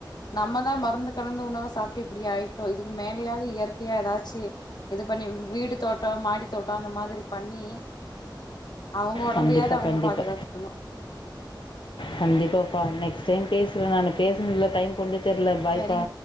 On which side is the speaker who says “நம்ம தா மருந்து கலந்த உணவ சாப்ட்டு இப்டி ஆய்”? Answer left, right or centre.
Left